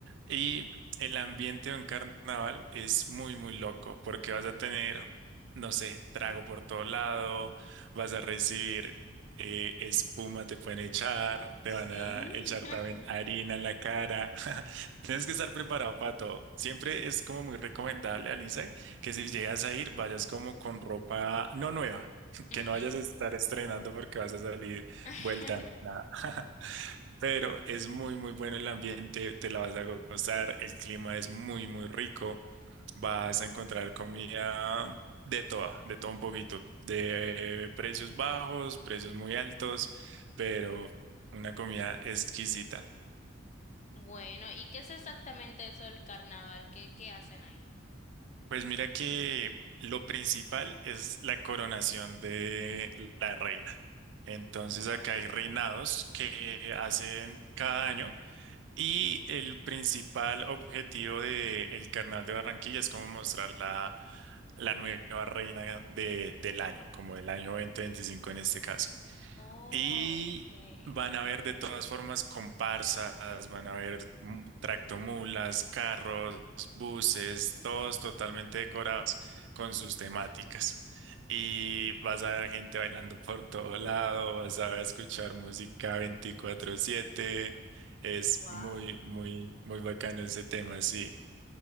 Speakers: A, on the right; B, on the left.
A: Y el ambiente en carnaval es muy, muy loco porque vas a tener, no sé, trago por todo lado, vas a recibir eh, espuma, te pueden echar, te
B: Sí.
A: van a echar
B: <laughs>
A: también harina en la cara. <laughs> Tienes que estar preparado para todo. Siempre es como muy recomendable, Alisa, que si llegas a ir, vayas como con ropa no nueva, <laughs>
B: Ujú.
A: que no vayas a estar estrenando porque vas a salir
B: <laughs>
A: vuelta nada. <laughs> Pero es muy, muy bueno el ambiente, te la vas a gozar, el clima es muy, muy rico, vas a encontrar comida de toda, de todo un poquito, de precios bajos, precios muy altos, pero una comida exquisita.
B: Bueno, ¿y qué es exactamente eso del carnaval? ¿Qué, qué hacen ahí?
A: Pues mira que lo principal es la coronación de la reina. Entonces
B: Oh,
A: acá hay reinados
B: Okay.
A: que hacen cada año y el principal objetivo del Carnaval de Barranquilla es como mostrar la, la nueva reina de- del año, como del año 2025 en este caso.
B: Oh,
A: Y
B: okay.
A: van a ver de todas formas comparsas, van a ver mm, tractomulas, carros, buses, todos totalmente decorados con sus temáticas. Y vas a ver gente bailando por todo lado, vas a escuchar música 24/7. Es
B: Wow.
A: muy, muy, muy bacano ese tema, sí.